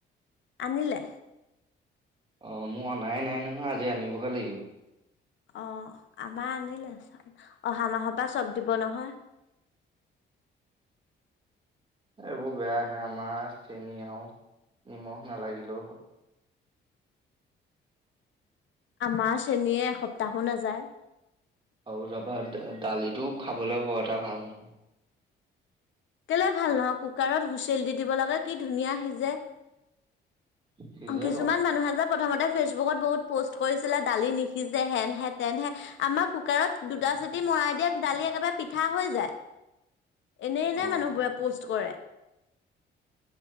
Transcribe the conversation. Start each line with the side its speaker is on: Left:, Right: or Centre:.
Left: আনিলে।
Right: অ, মোৰ অনাই নাই নহয় আজি আনিবগে লাগিব।
Left: অ, আমাৰ আনিলে চাউল, অহা মাহৰ পৰা চব দিব নহয়।
Right: এইবোৰ বেয়া আহে আমাৰ চেনি আৰু নিমখ নালাগিলেও হয়।
Left: আমাৰ চেণীয়ে এসপ্তাহো নাযায়।
Right: আৰু তাপা দালিটোও খাবলৈ বৰ এটা ভাল নহয়।
Left: কেলে ভাল নহয় কুকাৰত হুচেল দি দিব লাগে কি ধুনীয়া সিজে। অ,
Right: সিজে
Left: কিছুমান
Right: বাৰু
Left: মানুহে যে প্ৰথমতে ফেচবুকত বহুত পষ্ট কৰিছিলে দালি নিশি কি যে, হেন হে, তেন হে আমাৰ কুকাৰত দুটা চিটি মৰাই দিয়ে দালি একেবাৰে পিঠা হৈ যায়।
Right: <inaudible>
Left: এনেই, এনে
Right: অ
Left: মানুহবোৰে প'ষ্ট কৰে।